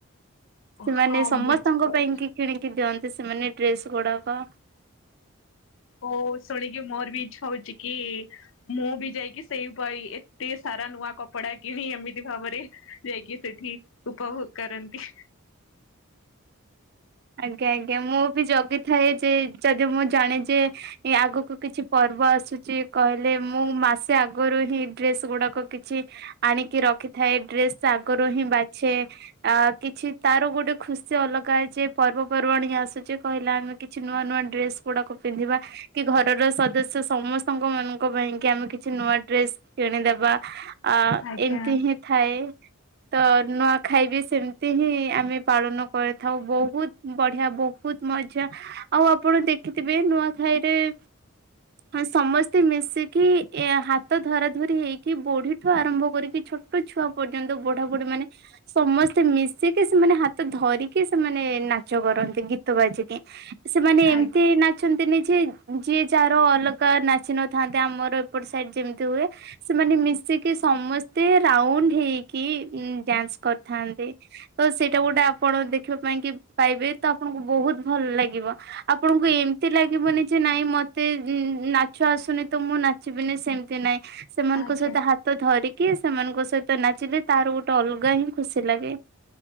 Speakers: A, on the left; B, on the right.
A: ଓ
B: ସେମାନେ
A: ହଁ
B: ସମସ୍ତଙ୍କ
A: ବୁଝିପାରୁ
B: ପାଇଁ କି କିଣିକି ଦିଅନ୍ତି, ସେମାନେ ଡ୍ରେସ ଗୁଡାକ।
A: ହଉ ଶୁଣିକି, ମୋର ବି ଇଛା ହଉଛି କି ମୁଁ ବି ଯାଇକି ସେଇପାଇ, ଏତେ ସାରା ନୂଆ କପଡ଼ା କିଣି, ଏମିତି ଭାବରେ ଯାଇକି ସେଠି ଉପଭୋଗ୍ କରନ୍ତି।
B: ଆଜ୍ଞା ଆଜ୍ଞା, ମୁଁ ବି ଜଗିଥାଏ ଯେ, ଯଦି ମୁଁ ଜାଣେ ଯେ ଇଁ, ଆଗକୁ କିଛି ପର୍ବ ଆସୁଚି କହିଲେ, ମୁଁ ମାସେ ଆଗରୁ ହିଁ ଡ୍ରେସ୍ ଗୁଡ଼ାକ କିଛି ଆଣିକି ରଖିଥାଏ, ଡ୍ରେସ୍ ତ ଆଗରୁ ହିଁ ବାଛେ ଆ କିଛି, ତାର ଗୋଡ଼େ ଖୁସି ଅଲଗା ଯେ ପର୍ବପର୍ବଣି ଆସୁଚି କହିଲା, ଆମେ କିଛି ନୂଆ ନୂଆ ଡ୍ରେସ୍ ଗୁଡ଼ାକ ପିନ୍ଧିବା। କି ଘରର ସଦସ୍ୟ ସମସ୍ତଙ୍କ ମାନଙ୍କ ପାଇଁ କି, ଆମେ କିଛି ନୂଆ ଡ୍ରେସ୍ କିଣିଦେବା ଆ,
A: ଆଜ୍ଞା
B: ଇମିତି ହିଁ ଥାଏ ତ ନୁଆଁଖାଇ ବି ସେମ୍ତି ହିଁ ଆମେ ପାଳନ କରିଥାଉ ବହୁତ୍ ବଢି଼ଆ ବହୁତ୍ ମଜା ଆଉ ଆପଣ ଦେଖିତିବେ ନୂଆଁଖାଇରେ <inaudible> ହଁ ସମସ୍ତେ ମିଶିକି ଏ ହାତ ଧରାଧରି ହେଇକି ବୋଢ଼ିଠୁ ଆରମ୍ଭ କରିକି ଛୋଟ ଛୁଆ ପର୍ଯ୍ୟନ୍ତ ବୋଢ଼ା ବୋଢ଼ି ମାନେ ସମସ୍ତେ ମିଶିକି ସେମାନେ ହାତ ଧରିକି ସେମାନେ ନା ଚ କରନ୍ତି ଗୀତ ବାଜିକି ସେମାନେ
A: ଆଜ୍ଞା
B: ଏମତି ନାଚ୍ ଚନ୍ତିନି ଯେ ଯିଏ ଯାର ଅଲ୍ଗା ନାଚି ନଥାନ୍ତେ ଆମର ଏପଟ ସାଇଡ ଯେମ୍ତି ହୁଏ। ସେମାନେ ମିଶିକି ସମସ୍ତେ ରାଉଣ୍ଡ୍ ହେଇକି ଉଁ ଡ୍ୟାନ୍ସ୍ କର୍ଥାନ୍ତି। ତ ସେଇଟା ଗୋଟେ ଆପଣ ଦେଖିବା ପାଇଁ କି ପାଇବେ ତ ଆପଣଙ୍କୁ ବହୁତ୍ ଭଲ୍ ଲାଗିବ। ଆପଣଙ୍କୁ ଏମ୍ତି ଲାଗିବନି ଯେ ନାଇଁ ମତେ ଇଁ ନାଚ ଆସୁନି ତ ମୁଁ ନା ଚିବିିନି ସେମ୍ତି ନାଇଁ ସେମାନଙ୍କ
A: ଆଜ୍ଞା।
B: ସହିତ ହାତ୍ ତ ଧରିକି ସେମାନଙ୍କ ସଇତ ନାଚିଲେ ତାର ଗୁଟେ ଅଲ୍ଗା ହିଁ ଖୁସି ଲାଗେ।